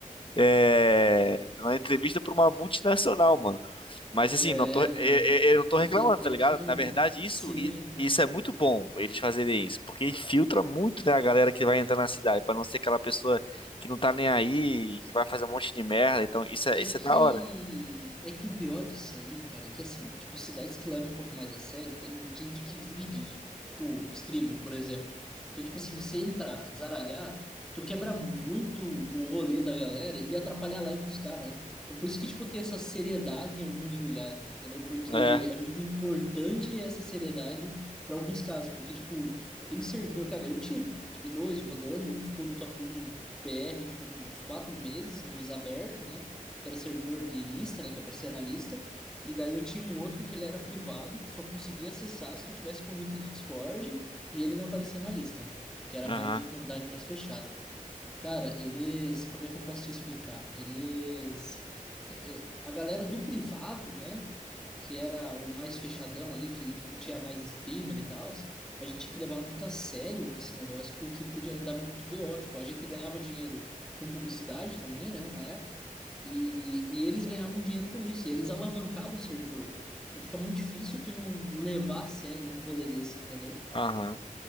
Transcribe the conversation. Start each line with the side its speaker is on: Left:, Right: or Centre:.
Left: é, uma entrevista pra uma multinacional, mano. Mas assim,
Centre: É,
Left: não tô, é-
Centre: não.
Left: é- eu não tô
Centre: É
Left: reclamando,
Centre: que,
Left: tá
Centre: é
Left: ligado?
Centre: que,
Left: Na verdade, isso,
Centre: sim.
Left: i- isso é muito bom eles fazerem isso, porque filtra muito, né, a galera que vai entrar na cidade, pra não ser aquela pessoa que não tá nem aí, que vai fazer um monte de merda. Então, isso é,
Centre: É
Left: isso
Centre: que,
Left: é da hora.
Centre: é que o pior disso aí, cara, é que assim, tipo, cidades que levam um pouco mais a sério, tem gente que vive disso. Tipo, streamer, por exemplo. Então, tipo assim, você entrar, zaralhar, tu quebra muito o rolê da galera e atrapalha a live dos caras, né? Então, por isso que, tipo, tem essa seriedade em alguns lugares, entendeu? Porque
Left: É,
Centre: é muito importante essa seriedade para alguns casos. Porque, tipo, tem servidor, cara, eu tive, tive dois rodando, um ficou no top 1 PR, tipo, por uns quatro meses, nos abertos, né? que era servidor de lista, né, que aparecia na lista, e daí eu tinha um outro que ele era privado, tu só conseguia acessar se tu tivesse convite de Discord, e ele não aparecia na lista, né, que era
Left: aham,
Centre: mais a comunidade mais fechada. Cara, eles, como é que eu posso te explicar? Eles, é, é, a galera do privado, né, que era o mais fechadão ali, que tipo tinha mais streamer e tal, a gente tinha que levar muito a sério esse negócio porque podia dava muito BO, tipo, a gente ganhava dinheiro com publicidade também, né, na época. E, e eles ganhavam dinheiro com isso, e eles alavancavam o servidor. Então fica muito difícil tu não levar a sério um rolê desse, entendeu?
Left: aham.